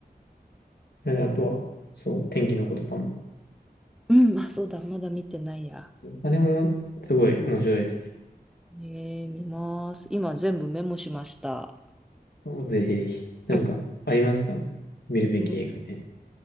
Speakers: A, on the left (about 80°); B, in the centre.
A: ああとは、そう、天気の子とかも。
B: うんあ、そうだ、まだ見てないや。
A: あれもすごい面白いですね。
B: ねえー、見ます。今全部メモしました。
A: な、ぜひぜひ。なんか、
B: <laughs>
A: ありますか見るべき映画みたい
B: うん